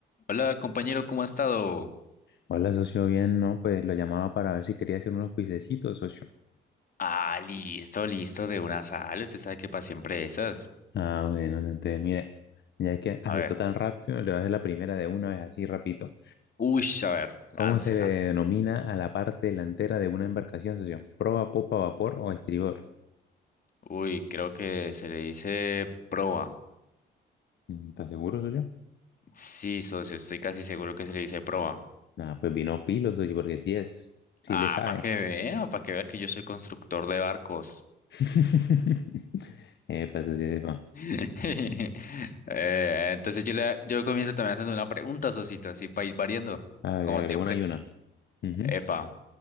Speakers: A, on the left; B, on the left.
A: Hola compañero, ¿cómo ha estado?
B: Hola, socio, bien, no, pues lo llamaba para ver si quería hacer unos cuisecitos, socio.
A: Ah, listo, listo de una sal. Usted sabe que para siempre esas.
B: Ah, bueno, entonces, mire, ya que aceptó
A: A ver.
B: tan rápido, le voy a hacer la primera de una vez, así rapidito.
A: Uy, a ver, láncela.
B: ¿Cómo se le denomina a la parte delantera de una embarcación, socio? ¿Proa, popa, vapor o estribor?
A: Uy, creo que se le dice proa.
B: Mm, ¿Estás seguro, socio?
A: Sí, socio, estoy casi seguro que se le dice proa.
B: Ah, pues vino pilo, socio, porque sí es, sí
A: Ah,
B: le sabe.
A: para que vea, para que vea que yo soy constructor de barcos.
B: <laughs> Epa, socio, epa.
A: <laughs> Eh, entonces yo, le, yo comienzo también haciendo una pregunta, socito, así para ir variando,
B: A ver,
A: como
B: agregó
A: siempre.
B: una y una. Ujú.
A: Epa.